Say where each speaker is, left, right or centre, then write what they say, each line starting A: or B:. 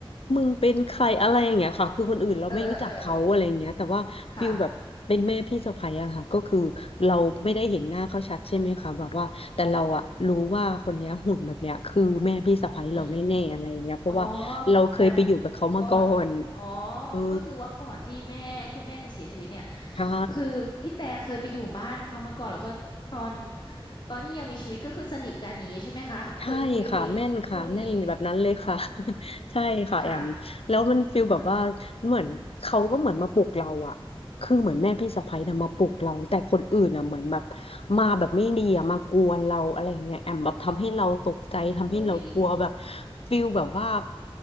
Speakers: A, on the left; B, on the left.
A: มึงเป็นใครอะไรอย่างเงี้ยค่ะคือคนอื่นเราไม่รู้จักเขาอะไรอย่างเงี้ยแต่ว่าฟิลแบบเป็นแม่พี่สะใภ้อะค่ะก็คือเราไม่ได้เห็นหน้าเขาชัดใช่ไหมคะแบบว่าแต่เราอะรู้ว่าคนเนี้ยหุ่นแบบเนี้ยคือแม่พี่สะใภ้เราแน่ๆอะไรอย่างเงี้ยเพราะว่าเราเคยไปอยู่กับเขามาก่อน
B: เออเออเออค่ะอืมอมอ๋อ แบบก่อน อ๋อ
A: เออ
B: ก็คือว่าก่อนที่แม่คุณแม่จะเสียชีวิตเนี่ย
A: ใช่
B: คือพี่แต่เคยไปอยู่บ้านเขามาก่อนแล้วก็ตอนตอนที่ยังมีชีวิตก็คือสนิทกันอย่างนี้ใช่ไหมคะ เคยคุย
A: ใช่ค่ะแม่นค่ะแม่นแบบนั้นเลยค่ะ
B: เคยพูดอย่างนี้อืม
A: <laughs> ใช่ค่ะแอมแล้วมันฟีลแบบว่าเหมือนเขาก็เหมือนมาปลุกเราอะคือเหมือนแม่พี่สะใภ้นะมาปลุกเราแต่คนอื่นอะเหมือนแบบ
B: ค่ะ เออ
A: มาแบบไม่ดีอะมากวนเราอะไรอย่างเงี้ยแอมแบบทำให้เราตกใจทำให้เรากลัวแบบ
B: อุ้ย
A: ฟีลแบบว่า